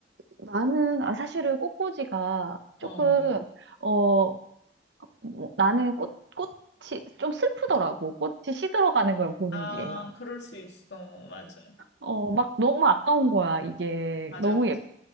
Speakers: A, on the right; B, on the left.
A: 나는, 아, 사실은 꽃꽂이가
B: 어.
A: 조금, 어, 뭐, 나는 꽃, 꽃이 좀 슬프더라고. 꽃이 시들어가는 걸 보는
B: 아,
A: 게.
B: 그럴 수 있어. 맞아.
A: 어, 막 너무 아까운 거야, 이게.
B: 맞아,
A: 너무
B: 맞아.
A: 예,